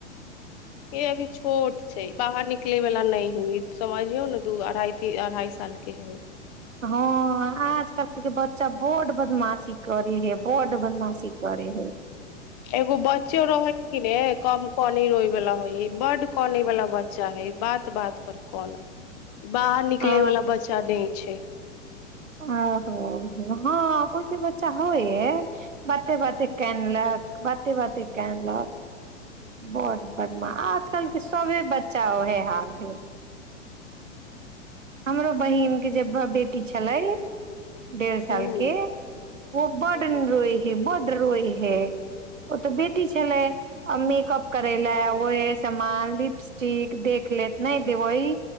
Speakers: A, on the left; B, on the right.
A: हे अभी छोट छै बाहर निकले वला नहि हए समझियौ ने दू अढ़ाए अढ़ाई साल के हय
B: हँ आजकलके बच्चा बड बदमाशी करे है बड बदमाशी करे है
A: एगो बच्चो रहै हय कि ने कम कने रोय बाला होइ है बर्ड काने वाला बच्चा है बात बात पर कानत बाहर निकले
B: आ
A: वाला बच्चा नहि छै
B: ओ हो हो हँ कोइ कोइ बच्चा होइ हइ बाते बाते कानलक बाते बाते कानलक बड बढ़िआँ आजकलके सभे बच्चा उएहे हाल हइ हमरो बहिन के जे बेटी छलै डेढ़ साल
A: हूँ
B: के ओ बड
A: हूँ
B: रोय हे बड रोए हे ओ तऽ बेटी छलै आ मेकअप करैला
A: हँ
B: ओहे सामान लिपस्टिक देख लेत नहि देबै